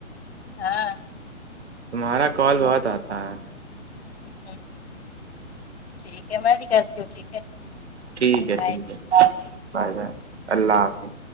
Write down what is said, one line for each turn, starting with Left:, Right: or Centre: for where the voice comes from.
Left: ہاں
Right: تمہارا کال بہت آتا ہے
Left: ہ ٹھیک ہے میں بھی کرتی ہوں ٹھیک ہے
Right: ٹھیک ہے
Left: بائے
Right: ٹھیک ہے بائے بائے اللہ حافظ